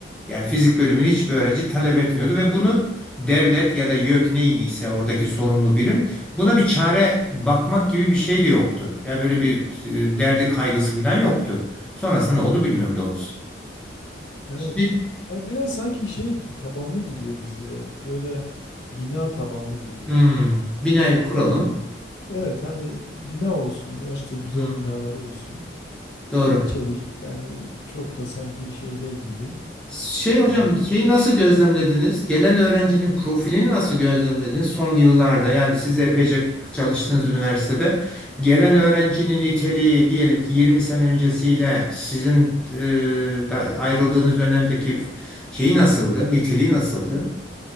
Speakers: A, in the centre; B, on the left.
A: Yani fizik bölümünü hiçbir öğrenci talep etmiyordu ve bunu devlet ya da YÖK neydiyse oradaki sorumlu birim buna bir çare bakmak gibi bir şey de yoktu. Yani öyle bir e, derdi kaygısı falan yoktu. Sonrasında ne oldu bilmiyorum doğrusu.
B: Evet.
A: Şimdi-
B: Yani biraz sanki şey gi- tabanlı gidiyor bizde. Böyle bina tabanlı gidiyor.
A: Hmm, bina kuralım.
B: Yani evet hani bina olsun, üniversite güzel
A: Hmm,
B: binaları olsun.
A: doğru.
B: E, yani çok da sanki şey değil gibi.
A: Şey hocam,
B: Yani
A: şeyi nasıl gözlemlediniz? Gelen öğrencinin profilini nasıl gözlemlediniz? Son yıllarda yani siz de epeyce çalıştığınız üniversitede gelen öğrencinin niteliği diyelim ki 20 sene öncesiyle sizin e, da ayrıldığınız dönemdeki şeyi nasıldı? Niteliği nasıldı?